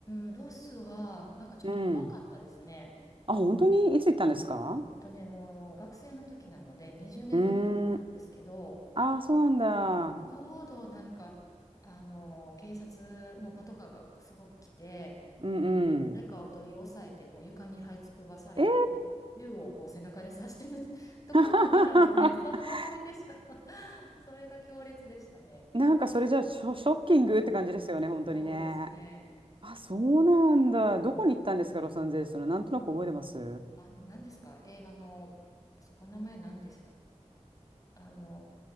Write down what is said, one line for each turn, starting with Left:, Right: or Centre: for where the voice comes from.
Left: ーん、ロスは、なんかちょっと怖かったですね。
Right: うん。あ、本当にいつ行ったんですか
Left: えっとね、もう学生の時なので、20年前なんですけど、
Right: うーん。あー、そうなん
Left: ちょうど何か、
Right: だ。
Left: あの、警察のパトカーがすごく来て、
Right: うんうん。
Left: 誰かを取り押さえて、こう床に這いつくばされて、
Right: えー
Left: 銃をこう背中で刺してる <laughs> ところを見たので、
Right: <laughs>
Left: <laughs> その思い出しか <laughs> それが強烈でしたね。
Right: なんかそれじゃあショ、ショッキングって感じですよね、本当にね。
Left: そうですね。
Right: あ、そうなんだ。
Left: で、
Right: どこに行ったんですか、ロサンゼルスの。なんとなく覚えてます
Left: あの、何ですか映画の、あそこ名前何ですかあの、